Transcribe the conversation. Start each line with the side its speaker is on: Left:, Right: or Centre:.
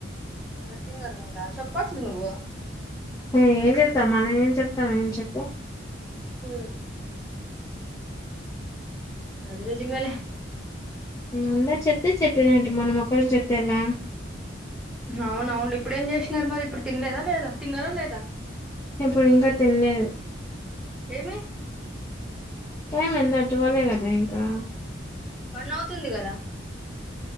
Centre: తింగర తింగర గా ఉందా సొప్పల్సింది నువ్వు
Left: ఆ ఏం చెతాం మనం ఏం చెప్తాం ఏం చెప్పు
Centre: ఊ అది నిజమే లే
Left: అందరు చెప్తే చెప్పినటు మనం ఒకం చెప్తే ఎలా
Centre: అవున అవును లే ఇప్పుడు చేసినారు మరి ఇప్పుడు తినలేదా లేదా తిన్నారా లేదా
Left: ఇప్పుడు ఇంకా తినలేదు
Centre: ఏమి
Left: టైమ్ ఎంత టువలే కదా ఇంకా
Centre: వన్ అవుతుంది కదా